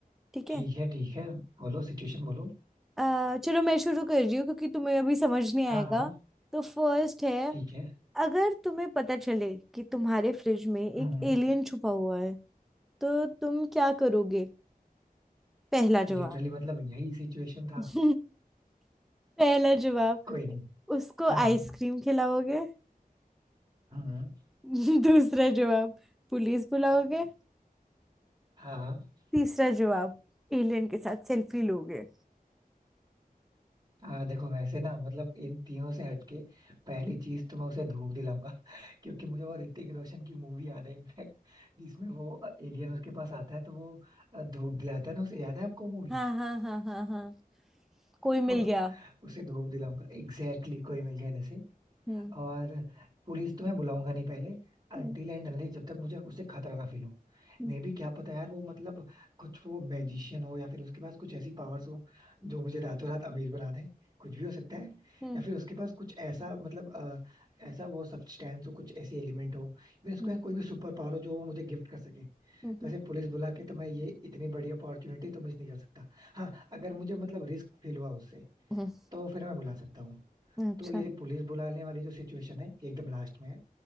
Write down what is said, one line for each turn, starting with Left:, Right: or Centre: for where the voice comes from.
Centre: ठीक है
Right: ठीक है ठीक है बोलो सिचुएशन बोलो
Centre: अ, चलो मैं शुरू कर रही हूँ क्योंकि तुम्हें अभी समझ नहीं
Right: हाँ
Centre: आएगा
Right: हाँ
Centre: तो फर्स्ट है
Right: ठीक है
Centre: अगर तुम्हें पता चले कि तुम्हारे फ्रिज में एक
Right: हम्म हम्म।
Centre: एलियन छुपा हुआ है तो तुम क्या करोगे पहला
Right: लिटरली
Centre: जवाब
Right: मतलब यही सिचुएशन था
Centre: <laughs> पहला जवाब
Right: कोई नहीं
Centre: उसको
Right: हाँ हाँ
Centre: आइसक्रीम खिलाओगे
Right: हम्म,
Centre: <laughs> दूसरा जवाब पुलिस बुलाओगे
Right: हाँ हाँ।
Centre: तीसरा जवाब एलियन के साथ सेल्फी लोगे
Right: आ, देखो वैसे ना मतलब इन तीनों से हटके पहली चीज तो मैं उसे धूप दिलाऊंगा <laughs> क्योंकि मुझे वो ऋतिक रोशन की मूवी याद है इनफैक्ट जिसमें वो एलियन उसके पास आता है तो वो अ, धूप दिलाता है ना उसे याद है आपको मूवी
Centre: हाँ हाँ हाँ हाँ हाँ कोई मिल
Right: तो <laughs>
Centre: गया
Right: उसे धूप दिलाऊंगा एग्जैक्टली exactly, कोई मिल गया जैसे
Centre: हम्म
Right: और पुलिस तो मैं बुलाऊंगा नहीं पहले अनटिल
Centre: हम्म
Right: एंड अनलेस जब तक मुझे उससे खतरा ना फील हो
Centre: हम्म
Right: मे भी क्या पता यार वो मतलब कुछ वो मैजिशियन हो या फिर उसके पास कुछ ऐसी पावर्स हो जो मुझे रातों रात अमीर बना दे कुछ भी हो सकता है
Centre: हम्म
Right: या फिर उसके पास कुछ ऐसा मतलब अ, ऐसा वो सब्सटेंस हो कुछ ऐसी एलिमेंट हो या फिर
Centre: हम्म
Right: उसके पास कोई भी सुपर पावर हो जो वो मुझे गिफ्ट कर सके
Centre: हम्म,
Right: तो ऐसे पुलिस बुला के तो मैं ये इतनी बड़ी अपॉर्चुनिटी तो मिस नहीं कर सकता हाँ अगर मुझे मतलब रिस्क फील हुआ उससे
Centre: हम्म,
Right: तो फिर मैं बुला सकता हूँ
Centre: हम्म, अच्छा
Right: तो ये पुलिस बुलाने वाली जो सिचुएशन है ये एकदम लास्ट में है